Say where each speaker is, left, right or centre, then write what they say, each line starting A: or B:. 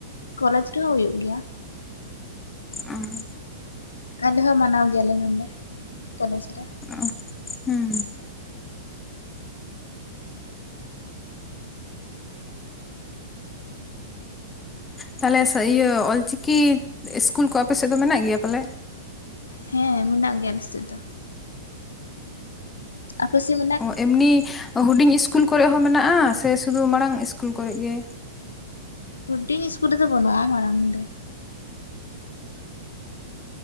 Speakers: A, on the left (about 85°); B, on the left (about 15°).
A: ᱠᱚᱞᱮᱡᱽ ᱨᱮᱦᱚᱸ ᱦᱩᱭᱩᱜ ᱜᱮᱭᱟ ᱾
B: ᱚᱸᱻ ᱾
A: ᱟᱞᱮ ᱦᱚᱸ ᱢᱟᱱᱟᱣ ᱜᱮᱭᱟᱞᱮ ᱱᱚᱰᱮ ᱠᱚᱞᱮᱡᱽ ᱨᱮ ᱾
B: ᱚ ᱦᱮᱸ ᱾ ᱛᱟᱦᱞᱮ ᱥᱟᱹ ᱤᱭᱟᱹ ᱚᱞᱪᱤᱠᱤ ᱤᱥᱠᱩᱞ ᱠᱚ ᱟᱯᱮ ᱥᱮᱫ ᱫᱚ ᱢᱮᱱᱟᱜ ᱜᱮᱭᱟ ᱯᱟᱞᱮ?
A: ᱦᱮᱸ ᱢᱮᱱᱟᱜ ᱜᱮᱭᱟ ᱥᱮᱫ ᱫᱚ᱾ ᱟᱯᱮ ᱥᱤᱱ
B: ᱚ ᱮᱢᱱᱤ ᱦᱩᱰᱤᱧ ᱤᱥᱠᱩᱞ ᱠᱚᱨᱮ ᱦᱚᱸ ᱢᱮᱱᱟᱜᱼᱟ, ᱥᱮ ᱥᱩᱫᱩ ᱢᱟᱲᱟᱝ ᱠᱩᱞ ᱠᱚᱨᱮ ᱜᱮ?
A: ᱦᱩᱰᱤᱧ ᱤᱥᱠᱩᱞ ᱨᱮᱫᱚ ᱵᱟᱹᱱᱩᱜᱼᱟ ᱢᱟᱨᱟᱝ ᱨᱮ᱾